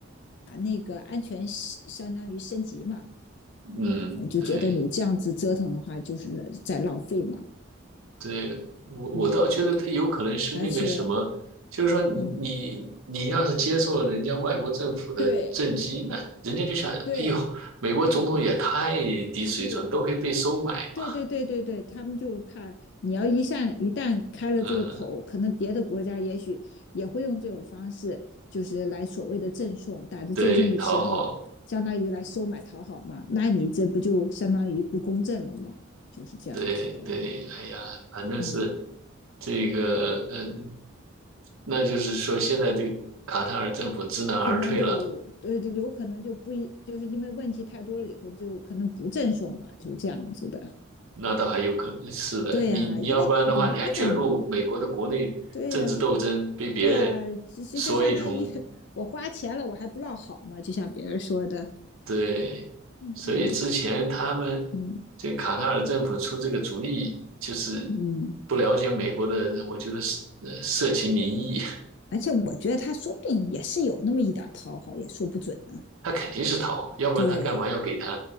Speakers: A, on the left (about 55°); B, on the right (about 80°).
A: 把那个安全系相当于升级嘛，
B: 嗯，
A: 我就觉得你这样子折腾的话就是在浪费嘛，
B: 对，对，我我倒觉得他有可能是那个什么，
A: 嗯，而且
B: 就是说你你你要是接受了人家外国政府的政绩，
A: 嗯对。
B: 那人家就想，哎呦，
A: 对
B: 美国总统也太低水准，
A: 对，是啊，
B: 都可以被收买嘛，
A: 对对对对对，他们就是怕你要一旦一旦开了这个口，
B: 嗯，
A: 可能别的国家也许也会用这种方式，就是来所谓的赠送，打着赠送的旗号，
B: 对，讨好。
A: 相当于来收买讨好嘛，那你这不就相当于不公正了吗？就是这样子的，
B: 对对，哎呀，反正是
A: 嗯，
B: 这个，呃，那就是说现在这个卡塔尔政府知难而退了，
A: 可能就对，有可能就不一，就是因为问题太多了以后，就可能不赠送了，就这样子的。
B: 那倒还有可能是的。
A: 对呀、
B: 你你要不然的话，
A: 因为麻烦嘛。
B: 你还卷入美国的国内政治斗争，
A: 对呀、
B: 被别人
A: 对呀、其其实相当于我花钱了，
B: 说一通，
A: 我还不落好嘛，就像别人说的，
B: 对。
A: 嗯，
B: 所以之前他们
A: 对，嗯
B: 这个卡塔尔政府出这个主意，就是不了解美国的，
A: 嗯，
B: 我觉得是呃社情民意，
A: 而且我觉得他说不定也是有那么一点讨好，也说不准呢。
B: <laughs> 他肯定是讨好，要不然他干嘛要给他？
A: 对